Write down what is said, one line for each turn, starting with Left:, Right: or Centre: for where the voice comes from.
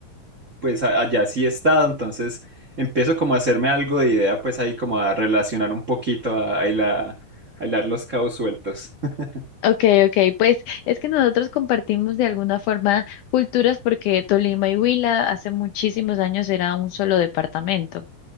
Right: pues a- allá sí he estado, entonces empiezo como a hacerme algo de idea, pues ahí como a relacionar un poquito, a, a hilar, a hilar los cabos sueltos. <laughs>
Left: Okay, okay, pues es que nosotros compartimos de alguna forma culturas porque Tolima y Huila hace muchísimos años era un solo departamento,